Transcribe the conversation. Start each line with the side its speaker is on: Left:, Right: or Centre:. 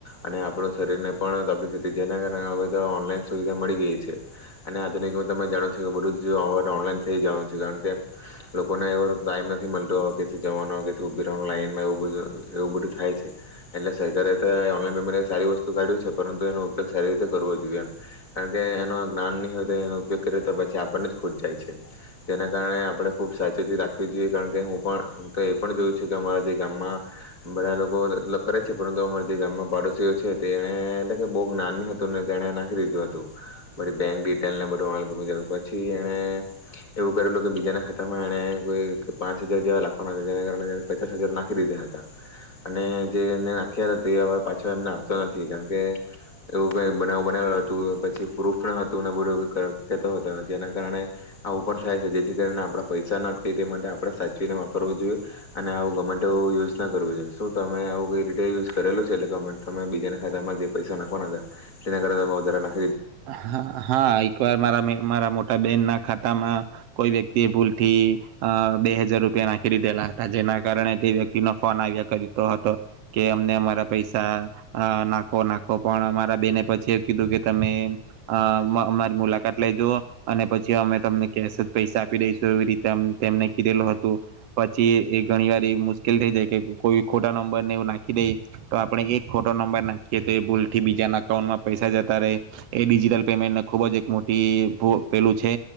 Left: અને આપડો શરીરને પણ તકલીફ હતી. જેના કારણે હવે તો ઓનલાઈન સુવિધા મળી ગઈ છે. અને આધુનિકમાં તમે જાણો છો બધું જ હવે તો ઓનલાઈન થઈ જાનું છું. કારણ કે, લોકોને એવો ટાઈમ નથી મલતો કે જવાનો કે થો ઉભી રેવાના લાઈનમાં એવું બધું અ એવું બધું થાય છે. એટલે સરકારે તો ઓનલાઈન તો મારી સારી વસ્તુ કાઢ્યું છે. પરંતુ, એનો ઉપયોગ સારી રીતે કરવો જોઈએ એમ કારણ કે એનો જ્ઞાન નહી હોય તો એનો ઉપયોગ કરીએ તો પછી આપણને જ ખૂટ જાય છે. જેના કારણે આપણે ખુબ સાવચેતી રાખવી જોઈએ કારણ કે હું પણ હું તો એ પણ જોયું છે કે અમારા જે ગામમાં બધા લોકો લ કરે છે. પરંતુ અમારા જે ગામમાં પાડોશીઓ છે તે એને એટલે કે બહુ નાની હતુંને તેને નાખી દીધું હતું. બધી બેંક ડિટેલને બધું <unintelligible> પછી એણે એવું કરેલુ કે બીજાના ખાતામાં એને કોઈ પાંચ હજાર જેવા લાખો <unintelligible> જેના કારણે પચાસ હજાર નાખી દીધા હતા. અને જે એને નાખ્યા હતા તે હવે પાછો એમને આપતો નથી. કારણ કે, એવું કઈ બનાવ બનેલ હતું. પછી પ્રૂફ ન હતું, અને બોલો એવું કેતો હતો. જેના કારણે આવુ પણ થાય છે. જેથી કરીને આપણે પૈસા નાખી તે માટે આપણે સાચવીને કરવુ જોઈએ. અને આવું ગમે ટેવું યુઝ ના કરવું જોઈએ. શું તમે આવું કોઈ રિટેલ યુઝ કરેલું છે. એટલે ગમે તમે બીજાના ખાતામાં જે પૈસા નાખવાના હતા, તેના કારણે તમે વધારાના
Right: હા હા. એક વાર મારા મઈ મારા મોટ તા બેનના ખાતામાં કોઈ વ્યક્તિએ ભૂલથી અ બે હજાર રૂપિયા નાખી દીધેલા હતા. જેના કારણે તે વ્યક્તિનો ફોન આવ્યા કરીતો હતો. કે અમને અમારા પૈસા અ નાખો નાખો પણ અમારા બેને પછી એ કીધું કે તમે અ અમા અમારી મુલાકાત લઈ જુઓ. અને પછી અમે તમને કેશ જ પૈસા આપી દઈશું. એવી રીતે અમ તેમને કીધેલુ હતું. પછી, એ ઘણીવાર એ મુશ્કેલ થઈ જાય કે કોઈ ખોટા નંબરને એવું નાખી દઈએ તો આપણે એક ખોટો નંબર નાખીએ તો એ ભૂલથી બીજાના અકાઉન્ટમાં પૈસા જતા રહે એ ડિજીટલ પેમેન્ટને ખુબ જ એક મોટી ભૂ પેલું છે.